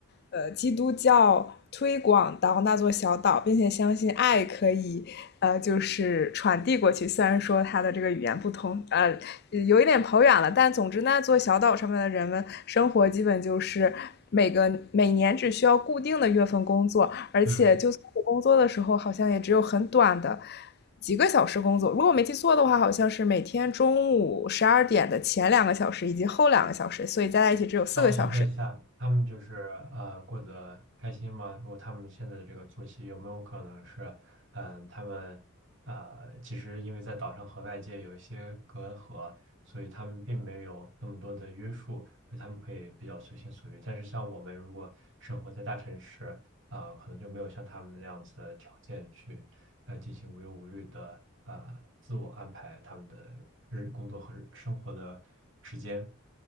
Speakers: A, on the left; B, on the right.
A: 呃基督教推广到那座小岛，并且相信爱可以呃就是传递过去。虽然说它的这个语言不通，呃有一点跑远了，但总之那座小岛上面的人们生活基本就是每个每年只需要固定的月份工作，而且就算是工作的时候，
B: 嗯。
A: 好像也只有很短的。几个小时工作，如果我没记错的话，好像是每天中午十二点的前两个小时以及后两个小时，所以加在一起只有四个小时。
B: 那我想问一下，他们就是呃过得开心吗？如果他们现在的这个作息有没有可能是，嗯、他们啊，其实因为在岛上和外界有一些隔阂，所以他们并没有那么多的约束，所以他们可以比较随心所欲。但是像我们如果生活在大城市，啊、可能就没有像他们那样子的条件去呃进行无忧无虑的啊自我安排他们的日工作和日生活的时间。